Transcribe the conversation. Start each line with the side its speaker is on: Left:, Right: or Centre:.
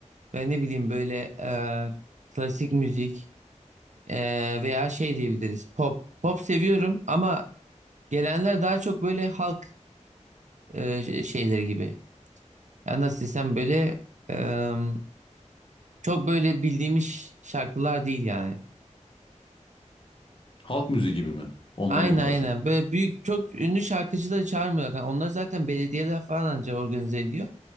Right: ve ne bileyim böyle e, klasik müzik e, veya şey diyebiliriz. Pop. Pop seviyorum ama gelenler daha çok böyle halk e, şeyleri gibi. Yani nasıl desem böyle em, çok böyle bildiğimiz şarkılar değil yani.
Left: Halk müziği gibi mi? Onlara
Right: Aynen
Left: mı
Right: aynen.
Left: daha çok?
Right: Böyle büyük çok ünlü şarkıcıları çağırmıyorlar. Yani Onlar zaten belediyeler falan anca organize ediyor.